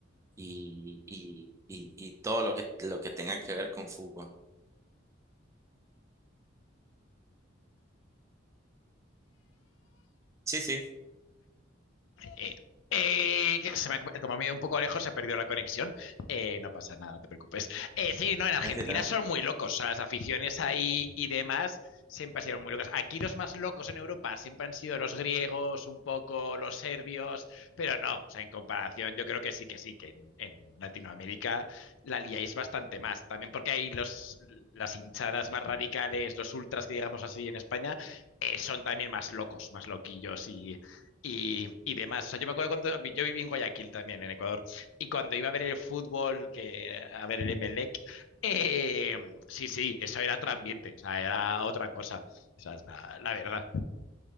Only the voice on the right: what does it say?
y, y, y, y todo lo que, lo que tenga que ver con fútbol. Sí, sí,
ahí está.